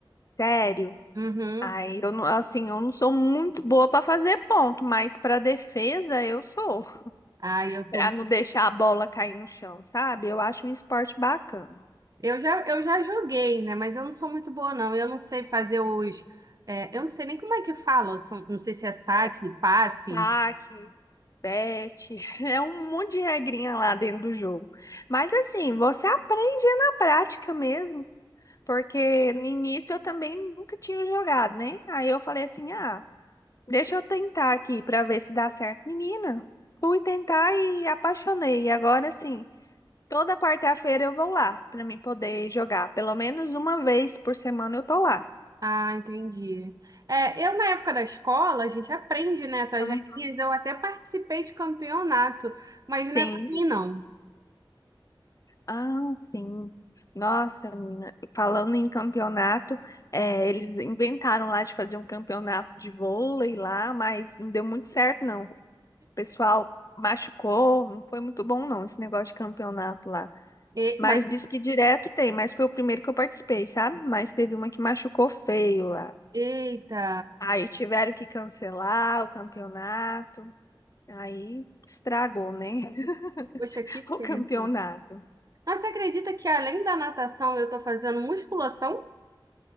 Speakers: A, on the left; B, on the right.
A: Sério.
B: Uhum.
A: Aí eu não, assim, eu não sou muito boa para fazer ponto, mas para defesa eu sou. <laughs>
B: Ah, eu sou.
A: Para não deixar a bola cair no chão, sabe? Eu acho um esporte bacana.
B: Eu já, eu já joguei, né? Mas eu não sou muito boa, não. Eu não sei fazer os. é, eu não sei nem como é que fala. São- Não sei se é saque,
A: É,
B: passe.
A: taque, bete, <laughs> é um monte de regrinha lá dentro do jogo. Mas assim, você aprende na prática mesmo, porque no início eu também nunca tinha jogado, né? Aí eu falei assim: "Ah, deixa eu tentar aqui para ver se dá certo". Menina, fui tentar e apaixonei. E agora assim, Toda quarta-feira eu vou lá para mim poder jogar. Pelo menos uma vez por semana eu tô lá.
B: Ah, entendi. É, eu na época da escola, a gente aprende, né, essas
A: Então,
B: regrinhas. Eu até participei de campeonato, mas não
A: Sim.
B: é pra mim, não.
A: Ah, sim. Nossa, menina, falando em campeonato, é, eles inventaram lá de fazer um campeonato de vôlei lá, mas não deu muito certo, não. O pessoal machucou, não foi muito bom, não, esse negócio de campeonato lá.
B: E-
A: Mas
B: mas-
A: diz que direto tem, mas foi o primeiro que eu participei, sabe? Mas teve uma que machucou feio lá.
B: Eita,
A: Aí tiveram que cancelar o campeonato. Aí estragou, né? <laughs>
B: poxa, que
A: O
B: pena.
A: campeonato.
B: Mas você acredita que além da natação eu tô fazendo musculação?